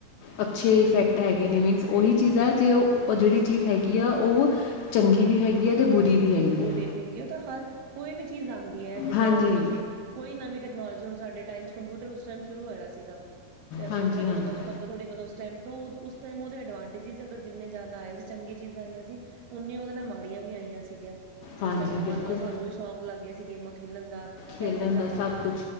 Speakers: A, on the left (about 75°); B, on the right (about 75°).
A: ਅੱਛੇ ਇਫੈਕਟ ਹੈਗੇ ਨੇ ਮੀਨਸ ਉਹੀ ਚੀਜ਼ ਹੈ ਜੇ ਉਹ ਉਹ ਜਿਹੜੀ ਚੀਜ਼ ਹੈਗੀ ਆ ਉਹ ਚੰਗੀ ਵੀ ਹੈਗੀ ਆ। ਬੁਰੀ ਵੀ
B: ਤੇ
A: ਹੈਗੀ
B: ਬੋਲੀ
A: ਆ
B: ਵੀ ਹੈਗੀ ਉਹ ਤਾਂ ਹਰ ਕੋਈ ਵੀ ਚੀਜ਼ ਆਂਦੀ ਹੈ ਜਿੱਦਾਂ
A: ਹਾਂਜੀ
B: ਦੀ ਹੁਣ ਅਸੀਂ ਕੋਈ ਨਵੀਂ ਟੈਕਨੋਲੋਜੀ ਹੁਣ ਸਾਡੇ ਟਾਈਮ ਚ ਕੰਪਿਊਟਰ ਉਸ ਟਾਈਮ ਸ਼ੁਰੂ ਹੋਇਆ ਸੀਗਾ। ਤੇ ਅਸੀਂ
A: ਹਾਂਜੀ
B: ਆਪਣੇ ਜਦੋਂ
A: ਹਾਂਜੀ
B: ਬਚਪਨ ਤੋਂ ਥੋੜ੍ਹੀ ਮਤਲਬ <unintelligible> ਉਸ ਟਾਈਮ ਉਹਦੇ ਐਡਵਾਂਟੇਜਇਸ ਅਗਰ ਜਿੰਨੇ ਜ਼ਿਆਦਾ ਆਏ ਸੀ ਚੰੀਆਂ ਚੀਜ਼ਾਂ ਆਈਆਂ ਸੀ ਉਨੀਆਂ ਉਹਦੇ ਨਾਲ ਮਾੜੀਆਂ ਵੀ ਆਈਆਂ ਸੀ ਸੀਗੀ ਆ ਕਿ
A: ਹਾਂਜੀ
B: ਉਸ ਟਾਈਮ ਨਵਾਂ
A: ਬਿਲਕੁਲ
B: ਨਵਾਂ ਸਾਨੂੰ ਵੀ ਸ਼ੌਕ ਲੱਗਿਆ ਗੇਮਾਂ ਖੇਲਣ ਦਾ ਕੈਫੇ
A: ਖੇਡਣ
B: ਜਾਣ
A: ਸਭ
B: ਦਾ
A: ਕੁਝ